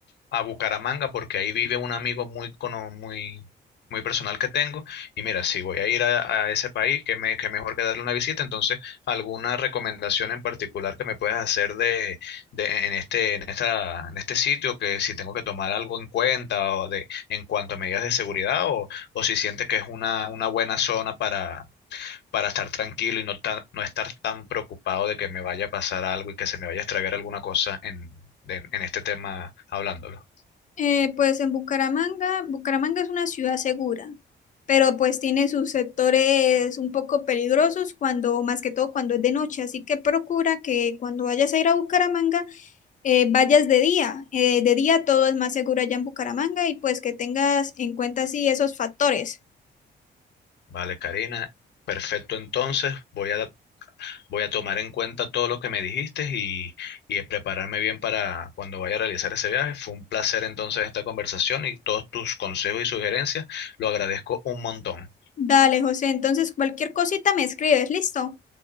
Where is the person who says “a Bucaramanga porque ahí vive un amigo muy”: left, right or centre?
Left